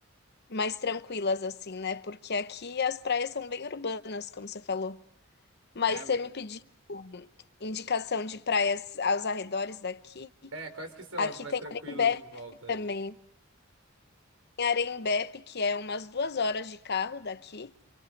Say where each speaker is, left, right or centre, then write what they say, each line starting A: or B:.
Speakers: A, on the left; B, on the right.
A: mais tranquilas, assim, né? Porque aqui as praias são bem urbanas, como você falou. Mas
B: É,
A: você
B: mas.
A: me pediu indicação de praias aos arredores daqui.
B: É, quais que são
A: Aqui
B: as mais
A: tem
B: tranquilas
A: Arembepe
B: em volta
A: também.
B: aí?
A: Tem Arembepe, que é umas duas horas de carro daqui.